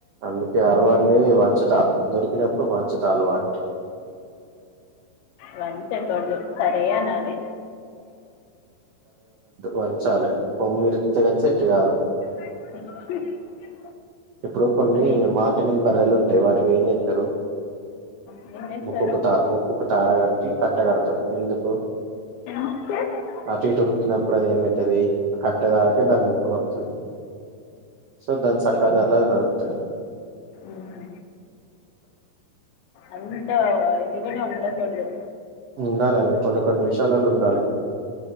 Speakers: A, on the right; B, on the left.
A: అందుకే అలవాటునే వంచుత దొరికినప్పుడు వంచుత అలవాటు
B: వంచ కుడదు సరే అన్నాలి
A: వంచాలే పొమ్మిరుస్తకని సెట్టు కాదు
B: <unintelligible>
A: ఇప్పుడు కొన్ని
B: మీ
A: మాటి వనని బర్రెలు ఉంటాయి వాటికి ఏం చెప్తారు
B: ఆ ఏం చేస్తారు
A: ముక్ కు తా ముక్కుకు తాడగట్టి కట్టగడతరు ఎందుకు
B: క
A: అటు ఇటు ఉరికినప్పుడు అది ఏమైతుది ఆ కట్టె దాకే దాని ముక్కన వస్తుంది సో దన్ సక్కదు ఎలా నడుతది
B: ఉహు అంత ఇది కుడా ఉండ కూడదు
A: ఉండాలండి కొన్ని కొన్ని విషయాలలో ఉండాలి